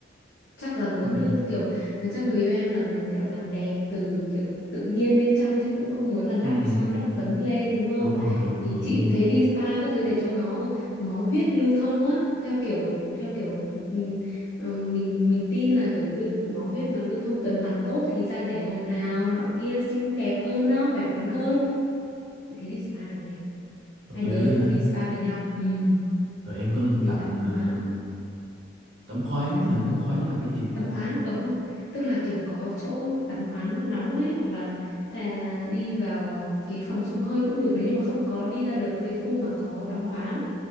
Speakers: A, on the left (about 65°); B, on the right (about 80°).
A: chắc là muốn
B: Ừm,
A: kiểu ờ, chắc người yêu em là muốn kiểu làm đẹp từ kiểu tự nhiên bên trong chứ cũng không muốn là đắp
B: ừm,
A: son đắp
B: đúng
A: phấn lên đúng không
B: đúng rồi đúng
A: thì
B: rồi đúng
A: chị thấy
B: rồi
A: đi spa các thứ để cho nó máu huyết lưu thông á theo kiểu theo kiểu ừm, ừm, mình mình tin là kiểu lưu, máu huyết mà lưu thông tuần hoàn tốt thì da dẻ hồng hào nọ kia xinh đẹp hơn đó khỏe khoắn hơn chị thấy đi spa được này
B: hợp
A: hai
B: lý
A: đứa
B: á ha
A: đi spa với nhau Ừm,
B: rồi em có nên
A: đi
B: tặng
A: tắm
B: ờ,
A: khoáng
B: tắm khoáng
A: tặng
B: hả
A: gì nữa
B: tắm khoáng là cái gì ta
A: tắm khoáng ừ tức là kiểu có chỗ tắm khoáng nước nóng ấy hoặc là ta đi vào cái phòng xông hơi cũng được nếu như mà không có đi ra được cái khu mà có tắm khoáng